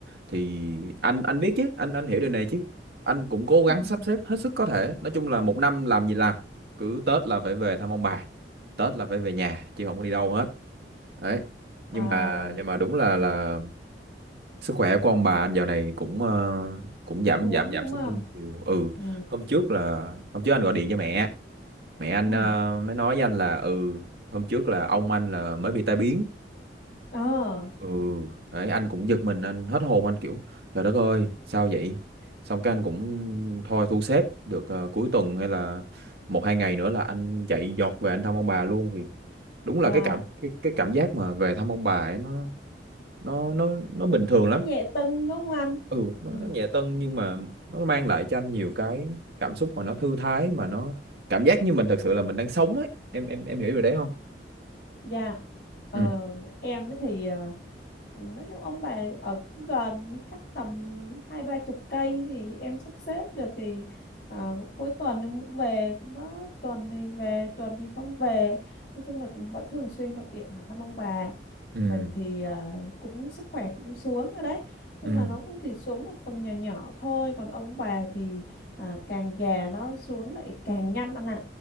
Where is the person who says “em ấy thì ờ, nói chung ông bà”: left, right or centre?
Left